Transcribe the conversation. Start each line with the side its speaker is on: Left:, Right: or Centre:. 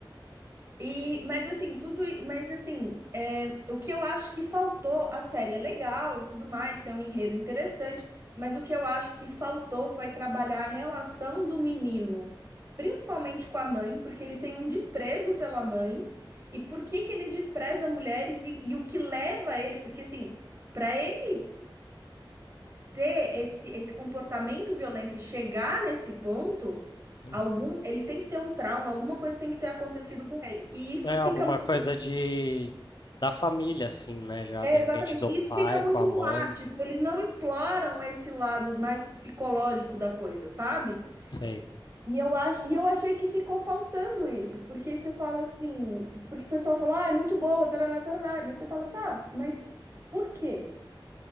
Right: E, mas assim, tudo, mas assim, é, o que eu acho que faltou, a série é legal e tudo mais, tem um enredo interessante, mas o que eu acho que faltou foi trabalhar a relação do menino, principalmente com a mãe, porque ele tem um desprezo pela mãe, e por que que ele despreza mulheres e, e o que leva ele, porque assim, para ele ter esse, esse comportamento violento e chegar nesse ponto,
Left: Uhum.
Right: algum, ele tem que ter um trauma, alguma coisa tem que ter acontecido com ele. E isso
Left: É
Right: fica,
Left: alguma
Right: mu-
Left: coisa de da família, assim, né? Já
Right: é,
Left: de repente
Right: exatamente,
Left: do
Right: e isso
Left: pai
Right: fica muito
Left: com a
Right: no
Left: mãe.
Right: ar, tipo, eles não exploram esse lado mais psicológico da coisa, sabe?
Left: Sei.
Right: E eu acho, e eu achei que ficou faltando isso, porque você fala assim, porque o pessoal fala, ah, é muito boa, tarará, tarará, mas você fala, tá, mas por quê?